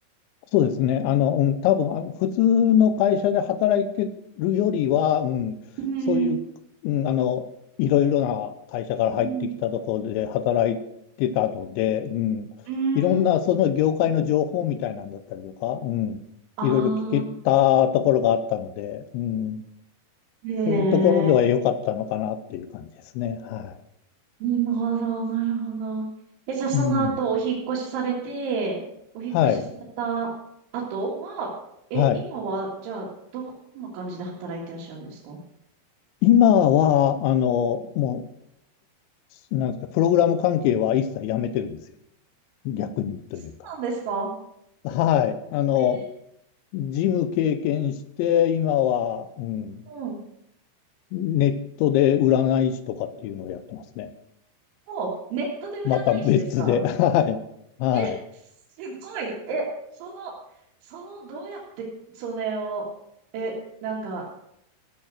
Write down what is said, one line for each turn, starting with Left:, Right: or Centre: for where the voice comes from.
Left: そうですね。あの、うん、多分、あの、普通の会社で働いてるよりは、うん、
Right: うん、
Left: そういう、うん、あの、いろいろな会社から入ってきたところで働いてたので、
Right: うん、
Left: うん、
Right: うん。
Left: いろんなその業界の情報みたいなんだったりとか、うん、
Right: ああ、
Left: いろいろ聞けたところがあったので、うん、
Right: へえ。
Left: そういうところでは良かったのかなっていう感じですね。は
Right: なるほど、なるほど。え、じゃあその後お引っ越しされて、
Left: い。うん。
Right: お引っ越しされた後は、
Left: はい。
Right: え、
Left: はい。
Right: 今は、じゃあ、ど、どんな感じで働いてらっしゃるんですか
Left: 今は、あの、
Right: うん
Left: もなんですか、プログラム関係は一切やめてるんですよ。逆にというか。
Right: そうなんですか
Left: はい。あの、
Right: えー、
Left: 事務経験して、今は、うん、
Right: うん。
Left: ネットで占い師とかっていうのをやってますね。
Right: もう、ネットで占い師ですか
Left: また別で。<laughs> はい。はい。
Right: え、すごい。え、その、その、どうやって、それを、え、なんか、